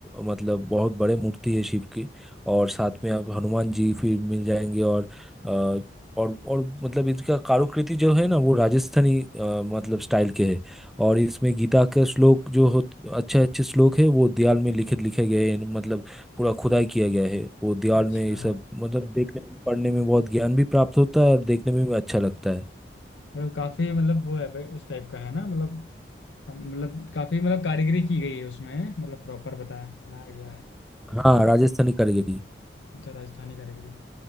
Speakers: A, in the centre; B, on the left.
A: मतलब बहुत बड़े मूर्ति है शिव की और साथ में आप हनुमान जी फिर मिल जाएंगे और अ, और और मतलब इसका कारुकृति जो है ना वो राजस्थानी अ, मतलब स्टाइल के है और इसमें गीता के श्लोक जो हो अच्छे अच्छे श्लोक है वो दीवार में लिखित लिखे गए हैं मतलब पूरा खुदाई किया गया है वो दीवार
B: अच्छा
A: में ये सब मतलब देखने पढ़ने में बहुत ज्ञान भी प्राप्त होता है और देखने में भी अच्छा लगता है
B: मतलब काफी मतलब वो है भाई उस टाइप का है ना मतलब हम- मतलब काफी मतलब कारीगरी की गई है उसमें मतलब प्रॉपर बताया बनाया गया है
A: हाँ राजस्थानी कारीगरी
B: अच्छा राजस्थानी कारीगरी